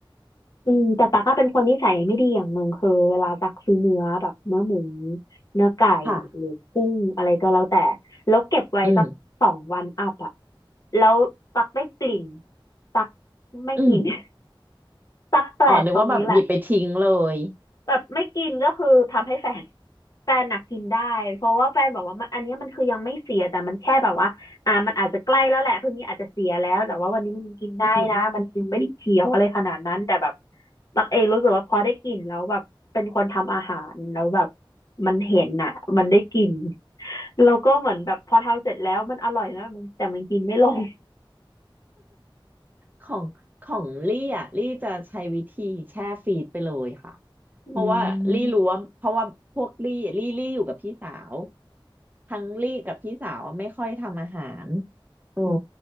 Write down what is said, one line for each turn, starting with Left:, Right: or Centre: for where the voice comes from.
Left: อืมแต่ตักก็เป็นคนนิสัยไม่ดีอย่างหนึ่งคือเวลาตักซื้อเนื้อแบบเนื้อหมูเนื้อไก่หรือกุ้งอะไรก็แล้วแต่
Right: ค่ะ
Left: แล้วเก็บไว้สักสองวันอัพอ่ะ
Right: อืม
Left: แล้วตักได้กลิ่นตักไม่กิน
Right: อืม
Left: <laughs> ตักแปลกตรงนี้แหละ
Right: อ๋อนึกว่าแบบหยิบไปทิ้งเลย
Left: แบบไม่กินก็คือทำให้แฟน <laughs> แฟนน่ะกินได้เพราะว่าแฟนบอกว่ามันอันเนี้ยมันคือยังไม่เสียแต่มันแค่แบบว่าอ่ามันอาจจะใกล้แล้วแหละพรุ่งนี้อาจจะเสียแล้วแต่ว่าวันนี้มันยังกินได้นะมันยังไม่ได้เขียวอะไรขนาดนั้นแต่แบบ
Right: อืม
Left: ตักเองรู้สึกว่าพอได้กินแล้วแบบเป็นคนทำอาหารแล้วแบบมันเห็นน่ะมันได้กินเราก็เหมือนแบบพอทำเสร็จแล้วมันอร่อยนะมันแต่มันกินไม่ลง
Right: ของของลี่อ่ะลี่จะใช้วิธีแช่ฟรีซไปเลยค่ะ
Left: อื
Right: เพราะว่าลี่รู้ว่าเพราะว่าพวกลี่ลี่ลี่อยู่กับพี่สาว
Left: ม
Right: ทั้งลี่กับพี่สาวไม่ค่อยทำอาหารโอ้
Left: อื